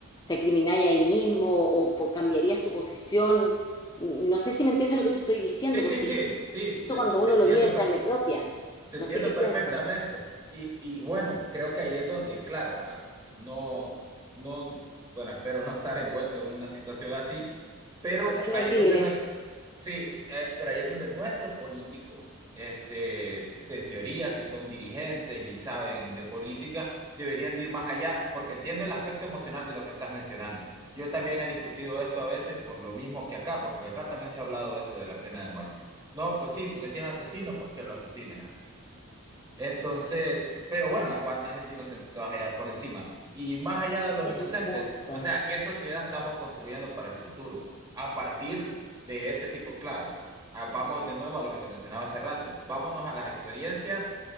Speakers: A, on the left; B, on the right.
A: te acrimináis ahí mismo o po- cambiarías tu posición? No sé si me entiendes lo que te estoy diciendo,
B: Sí,
A: porque
B: sí, sí,
A: es
B: sí,
A: distinto
B: te,
A: cuando
B: te- te
A: uno
B: entiendo
A: lo vive en carne propia,
B: Te
A: no
B: entiendo
A: sé qué piensa.
B: perfectamente. Y, y bueno, creo que ahí es donde, claro, ah, no, no, bueno, espero no estar envuelto en una situación así, pero
A: Dios nos
B: ahí
A: libre,
B: es donde nuestro, sí, eh, pero ahí es donde nuestros políticos, este, en teoría, si son dirigentes y saben de política, deberían de ir más allá, porque entiendo el aspecto emocional de lo que estás mencionando. Yo también he discutido esto a veces por lo mismo que acá, pues porque acá también se ha hablado de eso de la pena de muerte. No, pues sí, porque si es asesino, pues que lo asesinen. Entonces, pero bueno, ¿a cuánta gente inocente te vas a hallar por encima? Y más allá de los
A: ese
B: inocentes,
A: es el punto.
B: o sea, ¿qué sociedad estamos construyendo para el futuro? A partir de ese tipo, claro, ah, vamos de nuevo a lo que te mencionaba hace rato, vámonos a las experiencias